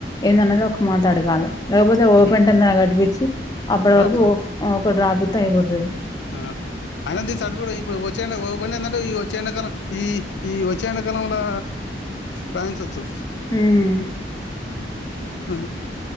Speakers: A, on the left; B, on the left.
A: ఏందన్నది ఒక మాట అడగాలి లేకపోతే ఓపెన్
B: ఉమ్,
A: టెన్త్ అన్న కటిపిచి అప్పటి
B: రాపిద్దాం
A: వరకు ఒక డ్రాప్ ఇతే అయిపోతది
B: ఆ అయినా దీని సట్ కూడా ఇప్పుడు వచ్చే <unintelligible> అంటే ఈ వచ్చే ఎండాకాలం ఈ ఈ వచ్చే ఎండాకాలంంలో రాయించచ్చు
A: ఉమ్
B: అ